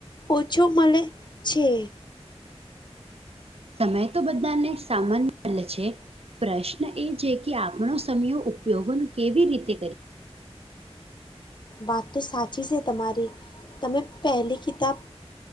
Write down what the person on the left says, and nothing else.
ઓછો મળે છે.
વાત તો સાચી છે તમારી, તમે પહેલી કિતાબ